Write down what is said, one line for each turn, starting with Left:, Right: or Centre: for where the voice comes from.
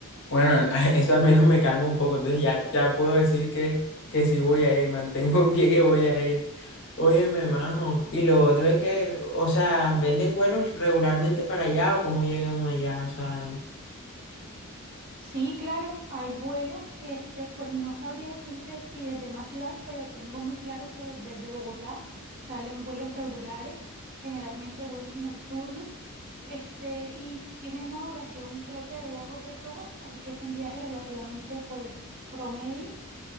Left: Bueno, <laughs> eso al menos me calma un poco. Entonces ya, ya puedo decir que, que sí voy a ir, mantengo en pie que voy a ir. Óyeme, majo. Y lo otro es que, o sea, venden vuelos regularmente para allá o cómo llega uno allá. O sea,
Right: Sí, claro, hay vuelos, este, pues no sabría decirte si desde más ciudades, pero tengo muy claro que desde Bogotá salen vuelos regulares, generalmente vuelos nocturnos, este, y tiene una duración creo que de dos o tres horas, así que es un viaje relativamente pues promedio.